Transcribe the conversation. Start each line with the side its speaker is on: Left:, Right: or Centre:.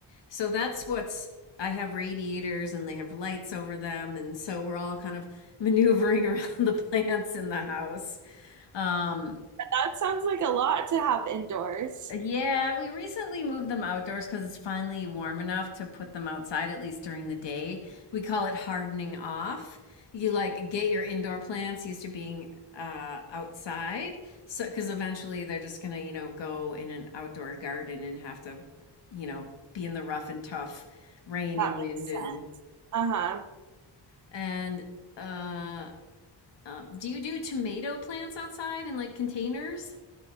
Left: So that's what's I have radiators and they have lights over them and so we're all kind of <laughs> maneuvering around the plants in the house. Um
Right: But that sounds like a lot to have indoors.
Left: yeah, we recently moved them outdoors because it's finally warm enough to put them outside, at least during the day. We call it hardening off. You like get your indoor plants used to being uh, outside. So, because eventually they're just gonna, you know, go in an outdoor garden and have to, you know, be in the rough and tough rain
Right: That
Left: and wind
Right: makes
Left: and
Right: sense. Uh-huh.
Left: And uh, um, do you do tomato plants outside in like containers?